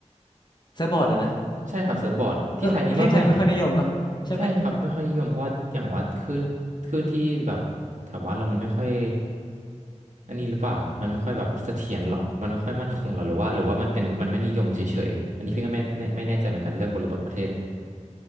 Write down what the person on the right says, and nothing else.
ใช่ครับเซิร์ฟบอร์ดที่ไทยนี่ไม่ค่อยเห็น
ใช่ครับไม่ค่อยนิยมเพราะว่าอย่างว่าคลื่นคลื่นที่แบบแถวบ้านเรามันไม่ค่อยอันนี้หรือเปล่ามันไม่ค่อยแบบเสถียรหรอมันไม่ค่อยมั่นคงหรอหรือว่าหรือว่ามันเป็นมันไม่นิยมเฉยๆอันนี้พี่ก็ไม่ไม่ไม่แน่ใจเหมือนกันเรื่องบริบทประเทศ